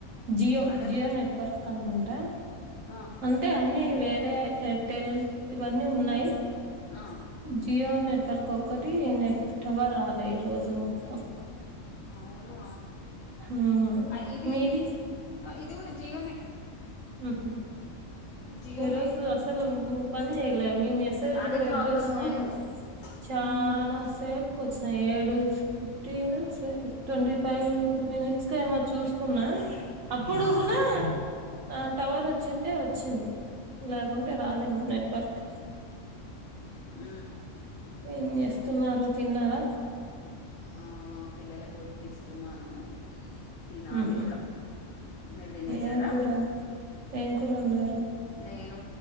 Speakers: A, on the right; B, on the left.
A: జియో
B: అదే
A: జియో నెట్వర్క్ అనుకుంటా
B: ఆ
A: అంటే అన్ని వేరే ఎయిర్టెల్ ఇవన్నీ ఉన్నాయి
B: ఆ
A: జియో నెట్వర్క్ ఒక్కటి నెట్ టవర్ రాలే ఈ రోజు మొత్తం
B: అవును
A: మ్మ్
B: ఆ ఇది
A: మీది
B: ఇది కూడా జియో నే
A: ఉమ్ హు
B: జియోనే
A: ఈ రోజు అసలు పని చేయలే మీమే లు
B: అదే
A: కూడ
B: ప్రాబ్లం
A: ఎబ్బుడోచ్చినాయి
B: ఏమో ఏమో
A: చానా
B: మ్మ్.
A: సేపుకొచ్చినాయి ఏడు ఫిఫ్టీనా సే ట్వంటీ ఫైవ్ మినిట్స్ కేమో చూసుకున్నా అప్పుడుగుడా
B: ఆ,
A: ఆ టవర్ వచ్చింటే వచ్చింది లేకుంటే రాదేమో నెట్వర్క్
B: ఉ
A: ఏం చేస్తున్నారు తిన్నారా
B: ఆ, పిల్లలకు ఒడ్డిస్తున్నాను తినాలి
A: ఉహు
B: ఇంకా మీరు తినేసారా
A: ఏం కూర ఏం కూర వండారు
B: నేను